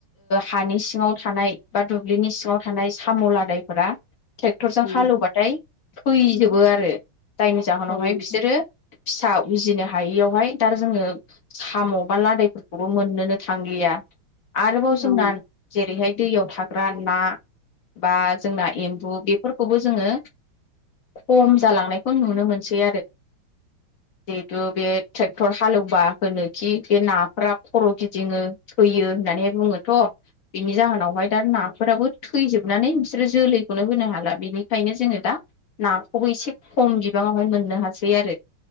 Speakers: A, on the left; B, on the left.
A: हानि सिङाव थानाय बा दुब्लिनि सिङाव थानाय साम' लादायफोरा ट्रेक्टरजों
B: औ
A: हालेवबाथाय
B: नोंथां
A: थैजोबो आरो जायनि जाहोनावहाय
B: औ नोंथां
A: बिसोरो फिसा उजिनो हायियावहाय दा जोङो साम' बा लादैफोरखौबो मोननोनो थांलिया। आरोबाव जोंना
B: औ
A: जेरैहाय दैयाव थाग्रा ना बा जोंना एम्बु बेफोरखौबो जोङो खम जालांनायखौ नुनो मोनसै। जिहेथु बे ट्रेक्टर हालेवबा होनोखि बे नाफोरा खर' गिदिङो थैयो होननानै बुङोथ' बिनि जाहोनावहाय दा नाफोराबो थैजोबनानै बिसोरो जोलैखौनो होनो हाला बेनिखायनो जोङो दा नाखौबो एसे खम बिबाङावहाय मोननो हासै।